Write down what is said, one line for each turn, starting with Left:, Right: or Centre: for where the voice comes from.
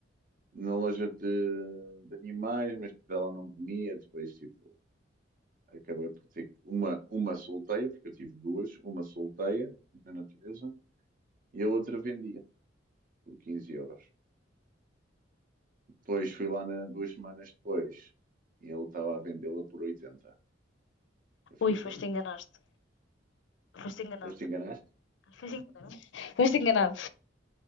Right: na loja de, de animais, mas ela não comia, depois tipo Acabei por ter uma, uma solteia, porque eu tive duas, uma solteia na natureza e a outra vendia por 15 euros. Depois fui lá na, duas semanas depois e ele estava a vendê-la por 80. Eu fiquei,
Left: Ui, foste enganaste. Foste enganado.
Right: depois te enganaste?
Left: Foste enganado. Foste enganado.